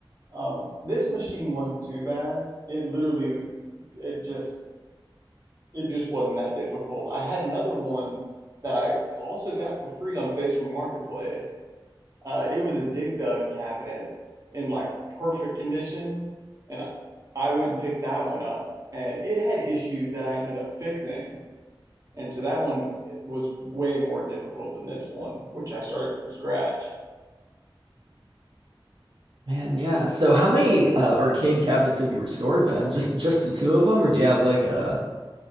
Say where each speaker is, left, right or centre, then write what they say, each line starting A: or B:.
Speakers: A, on the right; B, on the right.
A: Um, this machine wasn't too bad. It literally, it just, it just wasn't that difficult. I had another one that I also got for free on Facebook Marketplace. Uh, it was a Dig Dug cabinet in like perfect condition, and I went and picked that one up, and it had issues that I ended up fixing. And so that one was way more difficult than this one, which I started from scratch.
B: Man, yeah. So how many uh, arcade cabinets have you restored then? Just just the two of them or do you have like a